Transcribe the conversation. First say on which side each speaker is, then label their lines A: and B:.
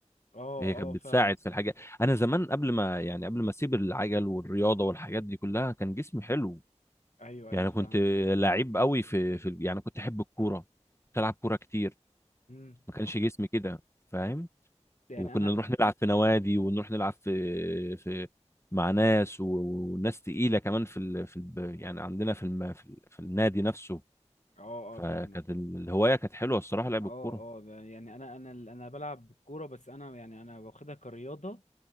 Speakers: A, on the left; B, on the left.
A: اه
B: هي كانت
A: اه
B: بتساعد
A: فاهمك
B: في الحاجات انا زمان قبل ما يعني قبل ما اسيب العجل والرياضه والحاجات دي كلها كان جسمي حلو
A: ايوه
B: يعني
A: ايوه فاهمك
B: كنت لعيب قوي في في يعني كنت احب الكوره كنت العب كوره كتير
A: امم
B: ما كانش جسمي كده فاهم
A: يعني
B: وكنا
A: انا
B: نروح نلعب في نوادي ونروح نلعب في في مع ناس و- وناس تقيله كمان في ال... في ال... يعني عندنا في الم... في, ال... في النادي نفسه
A: اه اه
B: فكانت
A: فاهمك
B: ال- الهوايه كانت حلوه الصراحه لعب
A: اه
B: الكوره
A: اه ده يعني انا انا انا بلعب كوره بس انا يعني انا واخدها كرياضه